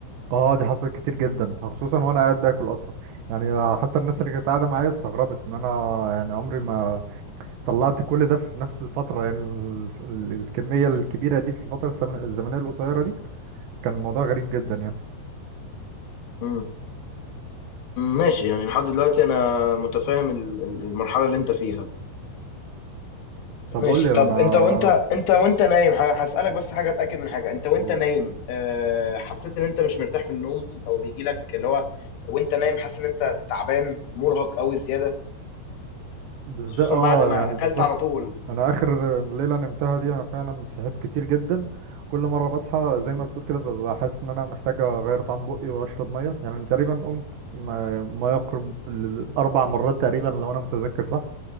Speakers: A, on the right (about 80°); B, on the left (about 75°).
A: اه دي حصلت كتير جدا خصوصا وانا قاعد باكل اصلا يعني آه، حتى الناس اللي كانت قاعده معايا استغربت ان انا يعني عمري ما طلعت كل ده في نفس الفتره يعني ال- ال- الكميه الكبيره دي في الفتره الزمن- الزمنيه القصيره دي كان الموضوع غريب جدا يعني
B: امم ماشي يعني لحد دلوقتي انا متفاهم ال- ال- المرحله اللي انت فيها
A: طب
B: ماشي
A: قول لي
B: طب
A: انا
B: انت وانت انت وانت نايم ه- هسالك بس حاجه اتاكد من حاجه انت وانت
A: قول
B: نايم آه، حسيت ان انت مش مرتاح في النوم او بيجي لك اللي هو وانت نايم حاسس ان انت تعبان مرهق قوي زياده
A: بالذات
B: خصوصا
A: اه
B: بعد ما
A: يعني
B: اكلت
A: بالظبط
B: على طول
A: انا اخر ليله نمتها دي انا فعلا صحيت كتير جدا كل مره بصحى
B: امم
A: زي ما بتقول كده ببقى حاسس ان انا محتاج اغير طعم بقي واشرب ميه يعني تقريبا قمت ما, ما يقرب الاربع مرات تقريبا لو انا متذكر صح